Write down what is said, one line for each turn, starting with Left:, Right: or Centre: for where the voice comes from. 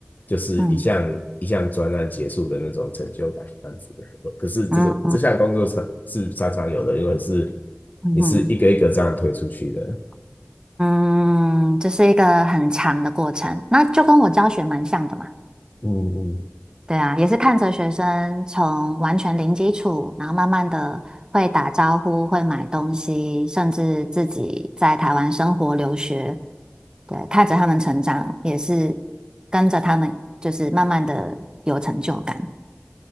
Left: 就是一项一项专案结束的那种成就感这样子。
Right: 嗯
Left: 的。可是这种这项工作是是常常有的，
Right: 嗯
Left: 因为是
Right: 嗯嗯，
Left: 你是一个一个这样推出去的。
Right: 嗯，这是一个很长的过程，那就跟我教学蛮像的嘛。
Left: 嗯嗯。
Right: 对啊，也是看着学生从完全零基础，然后慢慢的会打招呼、会买东西，甚至自己在台湾生活留学，对，看着他们成长，也是跟着他们就是慢慢的有成就感。